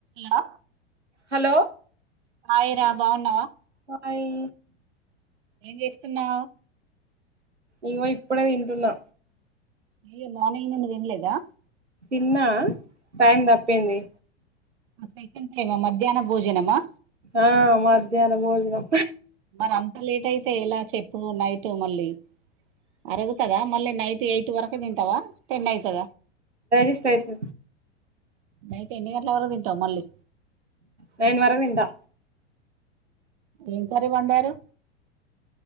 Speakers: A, on the right; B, on the right.
A: హల
B: hello
A: హాయిరా బాగున్నావా
B: buy
A: ఏం చేస్తున్నా
B: ఇవు ఇప్పుడే తింటున్నా
A: నయ్య నువ్వు ఇన్నలేదా
B: తిన్నా టైం తప్పింది
A: సెకండ్ టైమ్ మధ్యాహ్న భోజనమా
B: ఆ మధ్యాహ్న భోజనం
A: మరి అంత లేట్ అయితే ఎలా చెప్పు నైట్ మళ్ళీ అరగతదా మళ్ళీ నైట్ ఎయిట్ వరకు తింటవ టెన్ అయితద
B: ఇస్తా అతే
A: నైట్ ఎన్ని గంటల వరకు తింటావ్ మళ్ళీ
B: నైన్ వర తిందా
A: ఏం కర్రీ వండారు